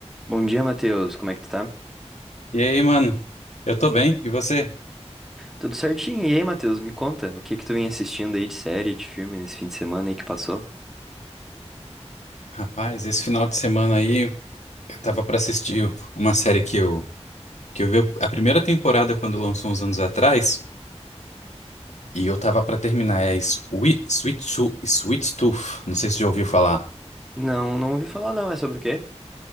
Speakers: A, in the centre; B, on the left.
A: Bom dia, Matheus. Como é que tu tá?
B: E aí, mano? Eu tô bem, e você?
A: Tudo certinho? E aí, Matheus, me conta, o que que tu vem assistindo aí de série, de filme nesse fim de semana aí que passou?
B: Rapaz, esse final de semana aí eu tava pra assistir uma série que eu que eu vi a primeira temporada quando lançou uns anos atrás, e eu tava pra terminar, é Sweet, Sweet, Tooth- Sweet Tooth, não sei se você já ouviu falar.
A: Não, não ouvi falar não, é sobre o quê?